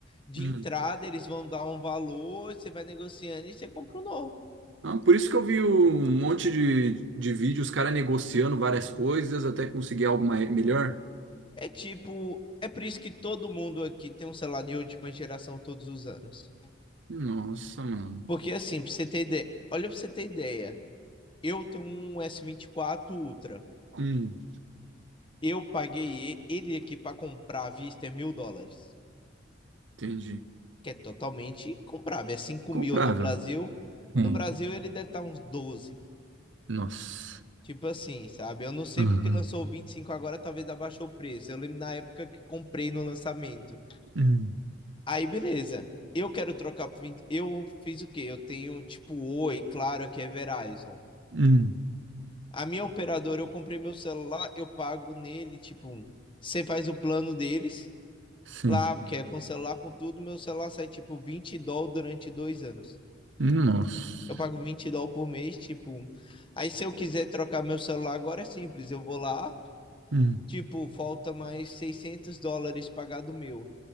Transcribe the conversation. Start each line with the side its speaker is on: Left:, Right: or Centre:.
Left: de
Right: Hum.
Left: entrada, eles vão dar um valor, você vai negociando e você compra um novo.
Right: Ah, por isso que eu vi um monte de, de vídeo, os caras negociando várias coisas até conseguir algo mai- melhor.
Left: É tipo, é por isso que todo mundo aqui tem um celular de última geração todos os anos.
Right: Nossa, mano.
Left: Porque assim, pra você ter ideia, olha pra você ter ideia, eu tenho um S24 Ultra.
Right: Hum.
Left: Eu paguei ele aqui pra comprar à vista é mil dólares,
Right: Entendi.
Left: que é totalmente comprável, é 5
Right: Comprável.
Left: mil no Brasil.
Right: Sim.
Left: No Brasil ele deve estar uns 12.
Right: Nossa.
Left: Tipo assim, sabe? Eu não sei
Right: Aham.
Left: porque lançou o 25 agora, talvez abaixou o preço. Eu lembro na época que comprei no lançamento.
Right: Hum.
Left: Aí, beleza. Eu quero trocar pro 20. Eu fiz o quê? Eu tenho tipo Oi, claro, aqui é Verizon.
Right: Hum.
Left: A minha operadora, eu comprei meu celular, eu pago nele, tipo, você faz o plano deles
Right: Sim.
Left: lá, que é com celular, com tudo. Meu celular sai tipo 20 dólares durante dois anos.
Right: Nossa.
Left: Eu pago 20 dólares por mês, tipo. Aí se eu quiser trocar meu celular agora é simples. Eu vou lá,
Right: Hum.
Left: tipo, falta mais 600 dólares pagado meu.